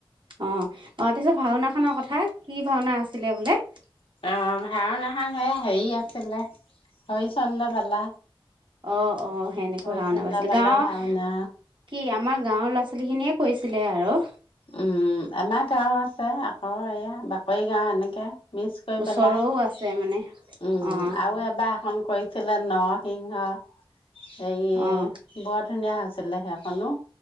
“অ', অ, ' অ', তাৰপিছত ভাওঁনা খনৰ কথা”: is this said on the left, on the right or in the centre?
Right